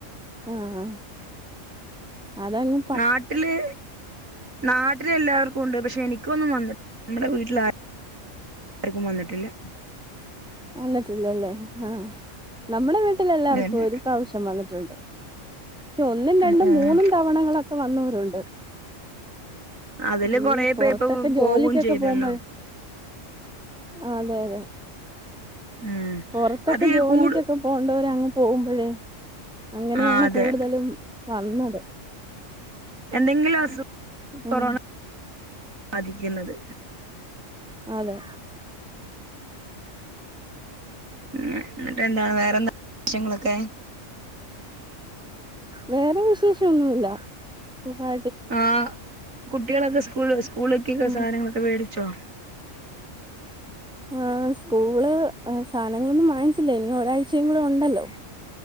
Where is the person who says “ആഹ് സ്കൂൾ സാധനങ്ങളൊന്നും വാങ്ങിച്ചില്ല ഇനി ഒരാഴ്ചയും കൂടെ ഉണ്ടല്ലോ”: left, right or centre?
Centre